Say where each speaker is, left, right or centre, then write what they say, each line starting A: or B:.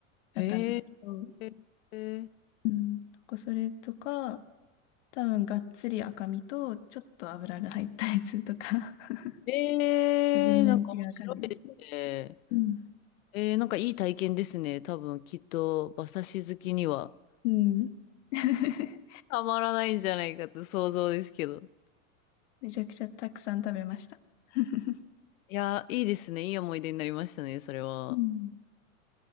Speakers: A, on the left; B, on the left.
A: だったんですけど、
B: へえ、へえ、
A: うん。なんかそれとか、多分がっつり赤身と、ちょっと油が入ったやつとか、
B: へーなんか面白いですね。
A: <laughs> 微妙に違う感じでしたね。うん。
B: えー、なんかいい体験ですね。多分きっと馬刺し好きには
A: うん。<laughs>
B: たまらないんじゃないかと想像ですけど。
A: めちゃくちゃたくさん食べました。<laughs>
B: いやー、いいですね。いい思い出になりましたね、それは。
A: うん。